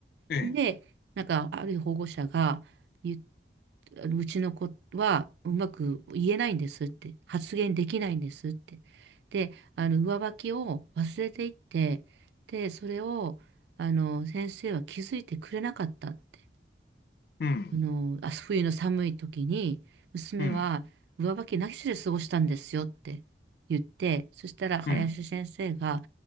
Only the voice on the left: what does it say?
ええ、
うん、
うん、
うん。